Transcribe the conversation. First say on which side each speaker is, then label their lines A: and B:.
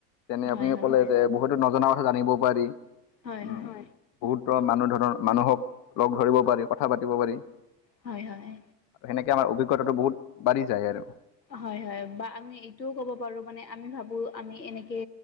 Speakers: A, on the left (about 35°); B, on the left (about 85°).
A: তেনে
B: হয়
A: আপুনি
B: হয়
A: ক'লে যে বহুতো নজনা কথা জানিব পাৰি।
B: হয়,
A: উম
B: হয়।
A: বহুতো মানুহ ধৰৰ মানুহক লগ ধৰিব পাৰি কথা পাতিব পাৰি।
B: হয়, হয়।
A: সেনেকে আমাৰ অভিজ্ঞতাটো বহুত বাঢ়ি যায় আৰু।
B: হয়, হয়, বা আমি এইটোও ক'ব পাৰো মানে আমি ভাবো আমি এনে কে